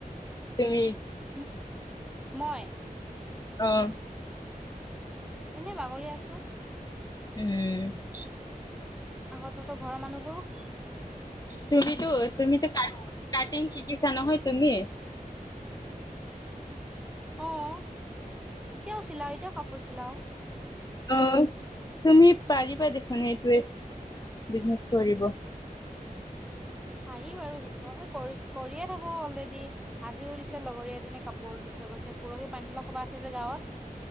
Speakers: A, on the left (about 25°); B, in the centre.
A: তুমি।
B: ওম মই।
A: অঁ-
B: এনেই বাগৰি আছোঁ।
A: উমঁ!
B: আকৌ তহঁতৰ ঘৰৰ মানুহবোৰ -
A: তুমিতো-তুমিতো কাটিং শিকিছা নহয় তুমি
B: অঁ এতিয়াও চিলাওঁ এতিয়াও কাপোৰ চিলাওঁ।
A: অঁ তুমি পাৰিবা দেখোন এইটোৱেই বিজনেচ কৰিব।
B: পাৰি বাৰু সেইটো কৰি কৰিয়ে থাকো অলৰেডি। আজিও দিছে লগৰী এজনীয়ে কাপোৰ দি থৈ গৈছে পৰহি পানীতোলা সবা আছে যে গাঁৱত।